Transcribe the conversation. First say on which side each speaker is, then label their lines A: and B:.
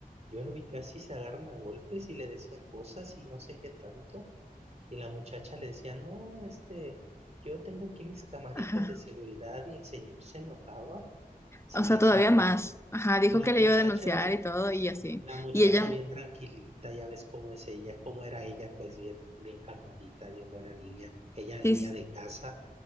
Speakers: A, on the right (about 45°); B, on the left (about 15°).
A: yo lo vi casi se agarran a golpes y le decía cosas y no sé qué tanto. Y la muchacha le decía, no, este, yo tengo aquí mis camaritas
B: Ajá.
A: de seguridad y el señor se enojaba. Sí,
B: O sea,
A: la
B: todavía
A: señorita
B: más. Ajá, dijo
A: la
B: que
A: muchacha,
B: le iba a denunciar y todo
A: sí,
B: y así.
A: la muchacha
B: Y ella,
A: bien tranquilita, ya ves cómo es ella, cómo era ella, pues bien, bien calmadita, bien buena niña, ella
B: sí,
A: niña de casa,